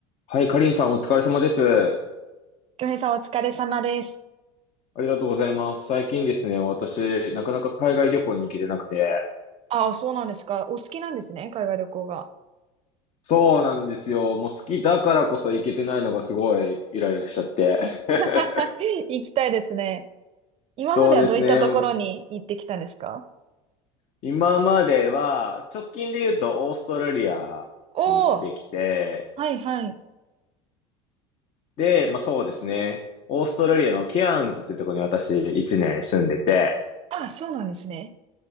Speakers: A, on the left (about 45°); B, on the right (about 40°).
A: はい、かりんさんお疲れ様です。
B: 京平さんお疲れ様です。
A: ありがとうございます。最近ですね、私、なかなか海外旅行に行けてなくて。
B: ああ、そうなんですか。お好きなんですね、海外旅行が。
A: そうなんですよ。もう好きだからこそ行けてないのがすごいイライラしちゃって。<laughs>
B: <laughs> 行きたいですね。今まではどういったところに行ってきたんですか
A: そうですね。今までは、直近で言うとオーストラリアに行ってきて、
B: おおー、はいはい。
A: で、まあそうですね。オーストラリアのケアンズってとこに私1年住んでて、
B: ああ、そうなんですね。